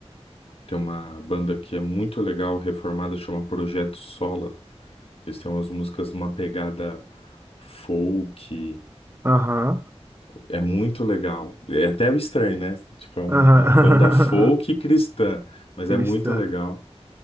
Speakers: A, on the left (about 60°); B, on the right (about 20°).
A: tem uma banda que é muito legal, reformada, chama Projeto Sola eles têm umas músicas numa pegada folk,
B: Aham.
A: é muito legal. É até estranho, né? Tipo, é um-
B: Aham.
A: uma banda folk cristã, mas
B: <laughs> Cristã.
A: é muito legal.